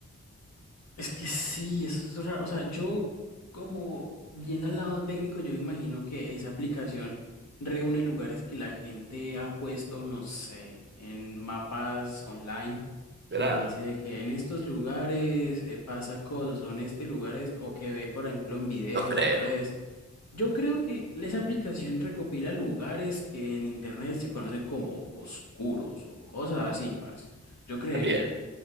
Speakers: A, on the left (about 65°); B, on the right (about 40°).
A: Es que sí, eso es raro. O sea, yo como yendo al lado técnico, yo me imagino que esa aplicación reúne lugares que la gente ha puesto, no sé, en mapas online que
B: Verá.
A: dice de que en estos lugares eh, pasa cosas, o en este lugar esto, o que ve, por ejemplo, en videos
B: No creo.
A: o en redes Yo creo que esa aplicación recopila lugares que en internet se conocen como oscuros o cosas así, parce. Yo creería,
B: También.